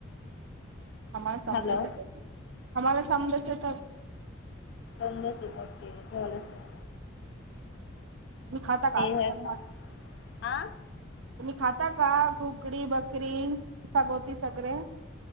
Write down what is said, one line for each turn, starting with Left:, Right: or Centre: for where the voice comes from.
Right: आम्हाला समदच
Left: हॅलो
Right: येतं, आम्हाला समदच येतं.
Left: ंद बा झालं असं
Right: तुम्ही खाता का चिकन
Left: हे खा आ
Right: तुम्ही खाता का,? खुकडी, बकरी, शागोती सगळेे.